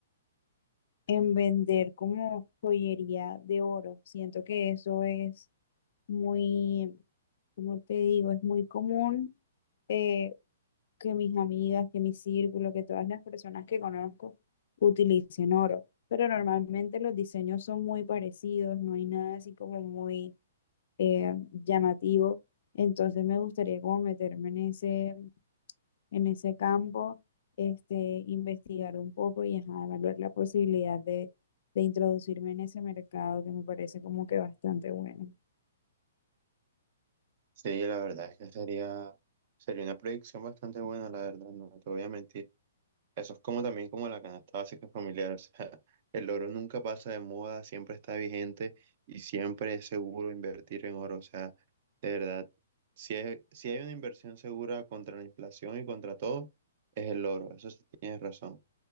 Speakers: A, on the left; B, on the right.
A: en vender como joyería de oro. Siento que eso es muy, como te digo, es muy común eh, que mis amigas, que mi círculo, que todas las personas que conozco utilicen oro. Pero normalmente los diseños son muy parecidos, no hay nada así como muy eh, llamativo. Entonces me gustaría como meterme en ese en ese campo, este, investigar un poco y ajá, evaluar la posibilidad de, de introducirme en ese mercado que me parece como que bastante bueno.
B: Sí, la verdad es que sería, sería una proyección bastante buena, la verdad, no te voy a mentir. Eso es como también como la canasta básica familiar. O sea, <laughs> el oro nunca pasa de moda, siempre está vigente y siempre es seguro invertir en oro. O sea, de verdad, si hay, si hay una inversión segura contra la inflación y contra todo, es el oro. Eso sí tienes razón.